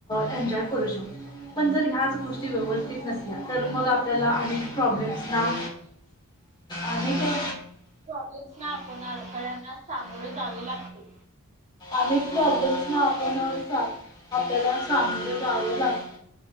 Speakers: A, on the left; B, on the right.
A: एन्जॉय करू शकतो? पण जर ह्याच गोष्टी व्यवस्थित नसल्या तर मग आपल्याला अनेक प्रॉब्लेम स ना?
B: हो
A: आणि का?
B: प्रॉब्लेम ना आपण अडथळ्यांना सामोरे जावे लागते?
A: अनेक प्रॉब्लेम्सना आपण आपल्याला सामोरे जावं लागतय.